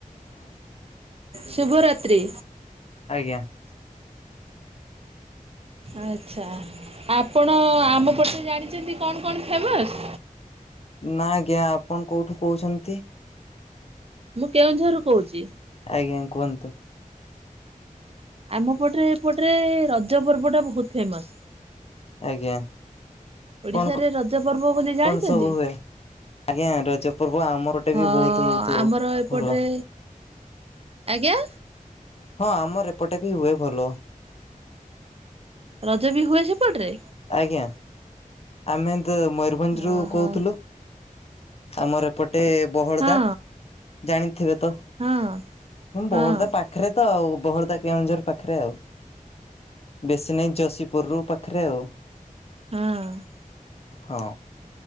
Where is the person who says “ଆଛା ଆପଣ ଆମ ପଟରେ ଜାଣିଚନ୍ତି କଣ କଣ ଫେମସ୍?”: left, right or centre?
Right